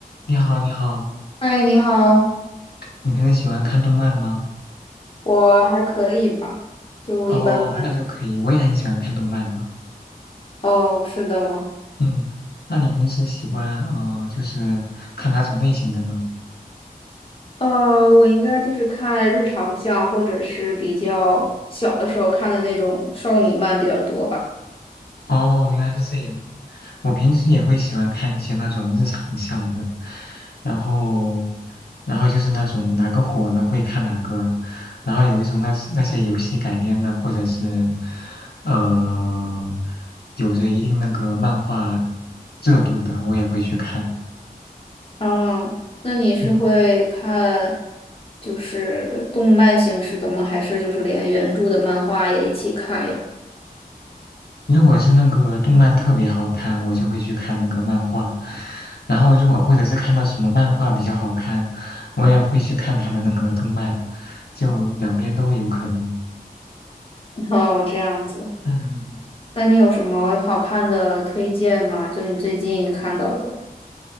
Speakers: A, on the left; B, on the left.
A: 你好，你好，
B: 嗨，你好。
A: 你平时喜欢看动漫吗？
B: 我还可以吧，就一般般。
A: 哦，那就可以，我也很喜欢看动漫的。
B: 哦，是的吗？
A: 嗯，那你平时喜欢呃，就是看哪种类型的呢？
B: 呃，我应该就是看日常向，或者是比较小的时候看的那种少女漫比较多吧。
A: 哦，原来是这样。我平时也会喜欢看一些那种日常向的，然后，然后就是那种哪个火了会看哪个，然后有一种那那些游戏改编的，或者是呃，有着一定那个漫画热度的，我也会去看。
B: 嗯，那你是会看
A: 嗯
B: 就是动漫形式的吗？还是就是连原著的漫画也一起看呀？
A: 如果是那个动漫特别好看，我就会去看那个漫画。然后如果或者是看到什么漫画比较好看，我也会去看他的那个动漫，就两边都有可能。
B: <laughs> 哦，这样子。
A: 嗯，
B: 那你有什么好看的推荐吗？就你最近看到的。